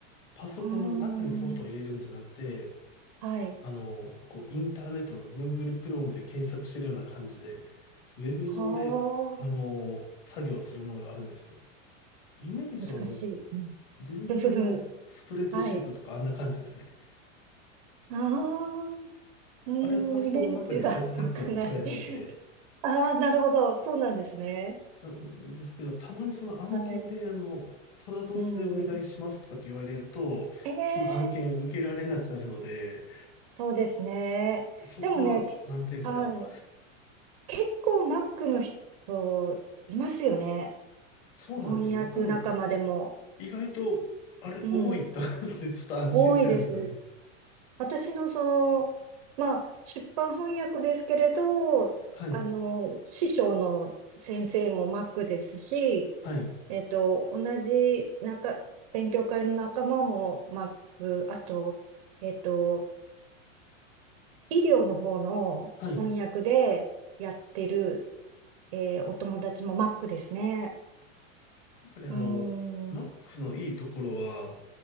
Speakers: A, on the left; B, on the right.
A: パソコンの中にソフトを入れるんじゃなくて、
B: ーん。はい。
A: あの、こう、インターネットの Google Chrome で検索してるような感じで、ウェブ上で、
B: ああ、
A: あの、作業するものがあるんですよ。イメージは、
B: 難しい。
A: あの、
B: うん。
A: Google
B: <laughs>
A: のスプレッドシートとかあんな感じですね。
B: はい。ああ、うーん、
A: あれはパソコンの中に入ってなくても使えるんで、
B: イメージが <laughs> 湧かない。<laughs> ああ、なるほど。そうなんですね。
A: なんですけど、たまにその案件で、
B: はい。
A: あの、トラドスでお願いしますとかって言われると、
B: うん。ええ
A: その案件受けられなくなるので、
B: そうですね。
A: そこは難点かなと。
B: でもね、けはい。結構マックの人いますよね。
A: そうなんです。
B: 翻訳仲間でも。
A: 僕も意外と、あれ多いんだってちょっと安心してるんですよね。
B: うん。多いです。私のその、まあ、出版翻訳ですけれど、
A: はい。
B: あの、師匠の先生もマックですし、
A: はい。
B: えっと、同じ中、勉強会の仲間もマック、あと、えっと、医療の方の翻訳でやってる、
A: はい。
B: えーお友達もマックですね。
A: なんかね、あの、
B: うーん、
A: Mac のいいところは、